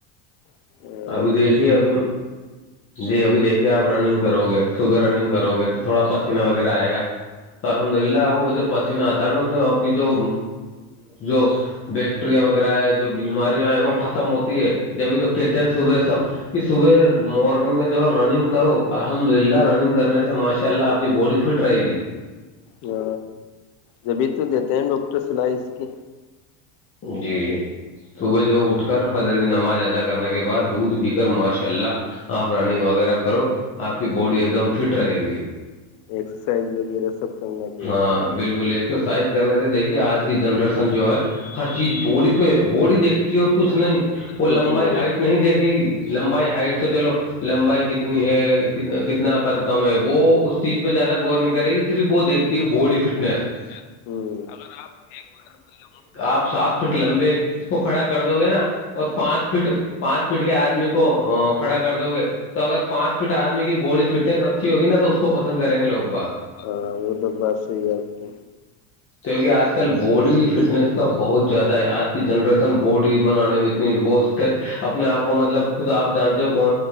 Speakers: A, on the left; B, on the left.
A: پھر
B: ابھی
A: یہ
B: دیکھیے ابھی جی ابھی دیکھیے آپ رننگ کرو گے سب رننگ کرو گے تو تھوڑا پسیینہ وغیرہ آئے گا تو الحمد للہ وہ جو پسینہ آتا ہے نا اس میں آپ کی جو جو بیکٹیریا وغیرہ ہے جو بیماریاں ہے وہ ختم ہوتی ہے جبھی تو کہتے ہیں صبح سب کہ صبح مارنگ میں جو ہے رننگ کرو الحمد للہ رننگ کرنے سے ماشاء اللہ آپ کی باڈی فٹ رہے گی
A: ہ جبھی تو دیتے ہیں ڈاکٹر سلائی اس کی
B: جی صبح جو اٹھ اٹھ کر فضر کی نماز ادا کرنے کے بعد دودھ پی کر ماشاء اللہ آف رننگ وغیرہ کرو آپ کی باڈی ایک دم فٹ رہے گی
A: ایکسرسائز وغیرہ سب کرنا چاہیے
B: ہاں بالکل ایکسرسائز کرنے سے دیکھیے آج کی جنریشن جو ہے ہر چیز بوڈی پہ بوڈی دیکھتی ہے اور کچھ نہیں وہ
A: کچھ
B: لمبائی
A: ہے
B: ہائٹ نہیں دیکھے گی لمبائی ہائٹ تو چلو لمبائی کتنی ہے کتنا قد کم ہے وہ اس چیز پہ زیادہ غور نہیں کرے گی اسپ دیکھتی ہے باڈی فٹنس
A: ہ اگر آپ ایک بار اللہ
B: آپ سات فٹ لمبے کو کھڑا کر دو گے نا اور پانچ فٹ پانچ فٹ فٹ کے آدمی کو کھڑا کر دو گے تو اگر پانچ فٹ آدمی کی باڈی فٹنےس اچھا اچھی ہوگی نا تو اس کو پسند کریں گے لو باگ
A: ہاں وہ تو بس ہیی آتی
B: کیونکہ آج کل باڈی فٹنس کا بہت زیادہ ہے آج کی جنریشن بورڈ بھی بنانے میں اتنی ووست ہے اپنے آپ کو مطلب خود آپ جانتے ہو